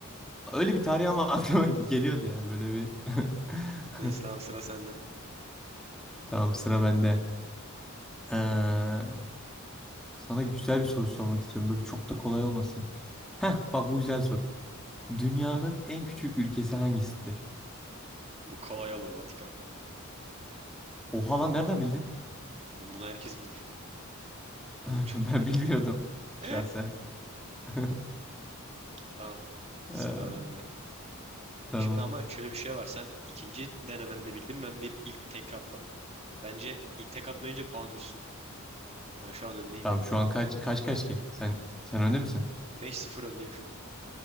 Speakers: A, in the centre; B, on the right.
A: Öyle bir tarih ama <laughs> aklıma geliyordu yani böyle bir. <laughs>
B: Neyse tamam sıra sende.
A: Tamam sıra bende. Ee, sana güzel bir soru sormak istiyorum. Böyle çok da kolay olmasın. Heh bak bu güzel soru. Dünyanın en küçük ülkesi hangisidir?
B: Bu kolay oğlum Vatikan.
A: Oha lan nereden bildin?
B: Bunu herkes bilir.
A: <laughs>
B: Bu çok...
A: Ben bilmiyordum
B: <laughs>
A: şahsen. <laughs>
B: Tamam. Sıra
A: Ee,
B: bende.
A: tamam.
B: Şimdi ama şöyle bir şey var. Sen ikinci denemende bildin. Ben bir ilk tek attım. Bence ilk tek atmayınca puan düşsün. Ben şu an öndeyim
A: Tamam
B: yani.
A: şu an kaç kaç kaç ki? Sen sen önde misin?
B: Beş sıfır öndeyim şu an.